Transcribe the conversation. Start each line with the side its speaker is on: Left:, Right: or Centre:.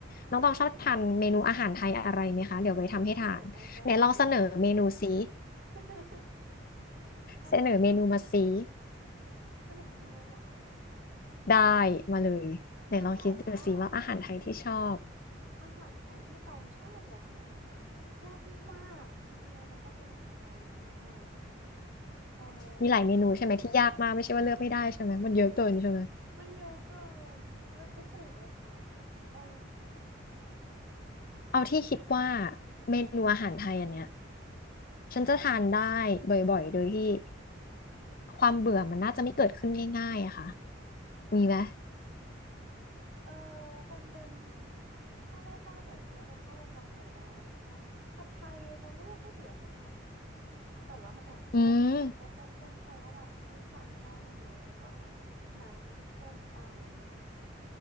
Right: อื
Left: น้องตองชอบทานเมนูอาหารไทยอะไรไหมคะเดี๋ยวไปทำให้ทานไหนลองเสนอเมนูซิ
Right: มวิเสน่ห์ไปจังหวัด <laughs> เอ่อ
Left: เสนอเมนูมาซิ
Right: เสนอเมนูเหรอ
Left: ได้มาเลยไหนลองคิดดูซิว่าอาหารไทยที่ชอบ
Right: จะบอกว่า อาหารไทยที่ตองชอบเหรอคะยากมากจริงๆตองเป็นคนชอบกินอาหารไทยมากเออ
Left: มีหลายเมนูใช่ไหมที่ยากมากไม่ใช่ว่าเลือกไม่ได้ใช่ไหมมันเยอะเกินใช่ไหม
Right: มันเยอะเกินเลือกไม่ถูกเลยค่ะเออ
Left: เอาที่คิดว่าเมนูอาหารไทยอันเนี้ยฉันจะทานได้บ่อยๆโดยที่ความเบื่อมันน่าจะไม่เกิดขึ้นง่ายๆอะค่ะมีไหม
Right: เออคงเป็นถ้าไม่ข้าวไข่เจียวคงข้าวกะเพราไข่ดาวมั้งคะผัดไทยตองก็ไม่ค่อยเบื่อนะคะแต่ว่ามันแอบอ้วนอะเพราะว่าเส้นเพราะว่าแบบเส้นจันทร์แป้งมันเยอะแล้วก็แบบน้ำมันก็เคี่ยวน้ำตาล
Left: <laughs> อืม